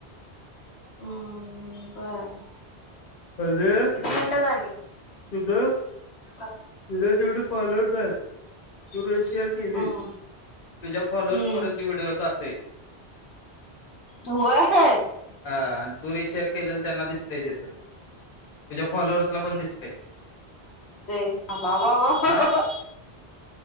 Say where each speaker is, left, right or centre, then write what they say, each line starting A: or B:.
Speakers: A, on the left (about 80°); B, on the left (about 55°).
A: हम् बर
B: आणि
A: किती मिनिटं झाली?
B: तिज तुज
A: सात
B: जेवडी फाॅलोअरस एत तु रिशेअर केलीस
A: हम्म
B: तुझ्या फॉलोअर्स
A: हम्म
B: पर्यंत त्यो व्हिडिओ जातय.
A: व्हय
B: हा आणि तू रिशेअर केलेलं त्यांना दिसतय तितं तुज्या फॉलोअर्सला पण दिसतय
A: ते बा वा वा वा
B: हा